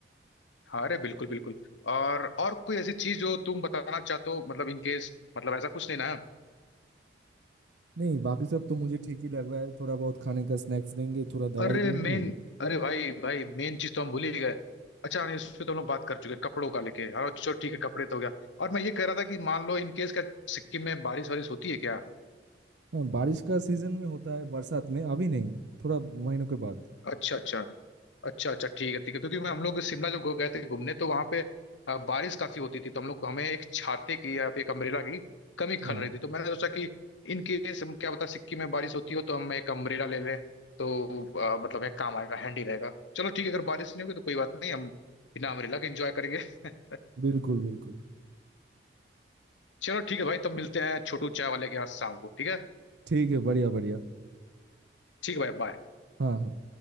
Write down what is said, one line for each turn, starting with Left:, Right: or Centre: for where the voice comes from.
Left: हाँ अरे बिल्कुल बिल्कुल और और कोई ऐसी चीज जो तुम बताना चाहते हो मतलब इन केस मतलब ऐसा कुछ नहीं ना
Right: नहीं बाकी सब तो मुझे ठीक ही लग रहा है थोड़ा बहुत खाने का स्नैक्स देंगे थोड़ा दवाई
Left: अरे
Right: देंगे
Left: मेन अरे भाई भाई मेन चीज तो हम भूल ही गए अच्छा नहीं उस पे तो हम लोग बात कर चुके हैं, कपड़ों का लेके हाँ चलो ठीक है कपड़े तो हो गया और मैं ये कह रहा था कि मान लो इन केस क्या सिक्किम में बारिश वारिश होती है क्या
Right: हाँ बारिश का सीजन में होता है बरसात में अभी नहीं थोड़ा महीनों के बाद
Left: अच्छा अच्छा अच्छा अच्छा ठीक है ठीक है क्योंकि मैं हम लोग शिमला जब गए थे घूमने तो वहां पे अ, बारिश काफी होती थी तो हम लोग हमें एक छाते की या फिर एक अम्ब्रेला की कमी खल
Right: हाँ
Left: रही थी तो मैंने सोचा कि इन केस हम क्या पता सिक्किम में बारिश होती हो तो हम एक अम्ब्रेला ले लें तो अ, मतलब एक काम आएगा हैंडी रहेगा चलो ठीक है अगर बारिश नहीं होगी तो कोई बात नहीं हम बिना अम्ब्रेला के एंजॉय करेंगे <laughs>
Right: बिल्कुल बिल्कुल
Left: चलो ठीक है भाई तब मिलते हैं छोटू चाय वाले के यहाँ शाम को ठीक है
Right: ठीक है बढ़िया बढ़िया
Left: ठीक है भाई बाय
Right: हाँ हाँ